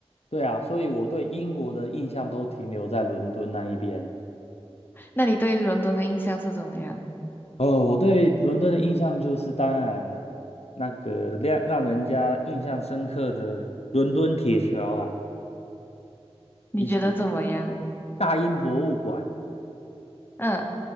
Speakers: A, on the left (about 75°); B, on the left (about 20°).
A: 对啊，所以我对英国的印象都停留在伦敦那一边。
B: 那你对伦敦的印象是怎么样？
A: 哦，我对伦敦的印象就是，当然那个让让人家印象深刻的伦敦铁桥啊，
B: 你觉得怎么样？
A: 以及大英博物馆，
B: 嗯，